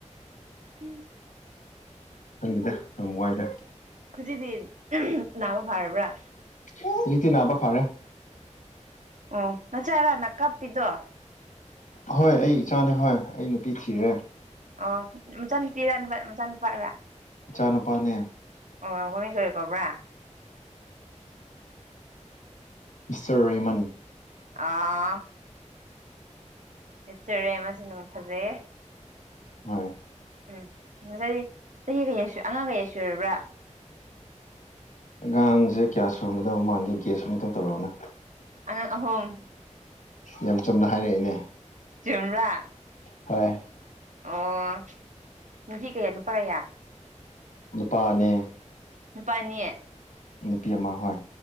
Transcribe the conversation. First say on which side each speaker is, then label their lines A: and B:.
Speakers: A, on the right; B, on the left.
A: ꯎꯝ
B: ꯈꯪꯗꯦꯗ ꯌꯥꯝ ꯋꯥꯏꯗ
A: ꯈꯨꯖꯤꯗꯤ ꯅꯥꯕ ꯐꯔꯥꯕ꯭ꯔꯥ
B: ꯍꯧꯖꯤꯛꯇꯤ ꯅꯥꯕ ꯐꯔꯦ
A: ꯑꯣ ꯅꯆꯥꯥꯏꯔꯥꯅ ꯀꯞꯄꯤꯗꯣ
B: ꯍꯣꯏ ꯑꯩ ꯏꯆꯥꯅꯦ ꯍꯣꯏ ꯑꯩ ꯅꯨꯄꯤ ꯊꯤꯔꯦ
A: ꯑꯣ ꯃꯆꯥ ꯅꯨꯨꯄꯤꯔꯥꯄꯥ ꯃꯆꯥꯅꯨꯄꯥꯔꯥ
B: ꯃꯆꯥ ꯅꯨꯨꯄꯥꯅꯦ
A: ꯑꯣ ꯍꯣꯔꯤꯟ ꯀꯔꯤ ꯀꯣꯕ꯭ꯔꯥ
B: ꯃꯤꯁꯇꯔ ꯔꯦꯍꯦꯃꯟ
A: ꯑꯥ ꯃꯤꯁꯇ꯭ꯔ ꯁꯤꯡꯅꯃꯛ ꯐꯖꯩꯌꯦ
B: ꯍꯣꯏ
A: ꯎꯝ ꯉꯁꯥꯏ ꯆꯍꯤ ꯀꯩ ꯑꯉꯥꯡ ꯀꯩꯌꯥ ꯁꯨꯔꯥꯕ꯭ꯔꯥ
B: ꯑꯉꯥꯡꯖꯦ ꯀꯌꯥ ꯁꯨꯔꯝꯒꯗꯕ ꯃꯥꯟꯒꯦ ꯒꯦꯁ ꯑꯃꯨꯛꯇꯪ ꯇꯧꯔꯛꯑꯣꯅꯦ
A: ꯑꯉꯥꯡ ꯑꯍꯨꯝ
B: ꯌꯥꯝ ꯆꯨꯝꯅ ꯍꯥꯏꯔꯛꯏꯅꯦ
A: ꯆꯨꯝꯕ꯭ꯔ
B: ꯍꯣꯏ
A: ꯑꯣ ꯅꯨꯄꯤ ꯀꯌꯥ ꯅꯨꯄꯥ ꯀꯌꯥ
B: ꯅꯨꯄꯥ ꯑꯅꯤ
A: ꯅꯨꯄꯥ ꯑꯅꯤ
B: ꯅꯨꯄꯤ ꯑꯃ ꯍꯣꯏ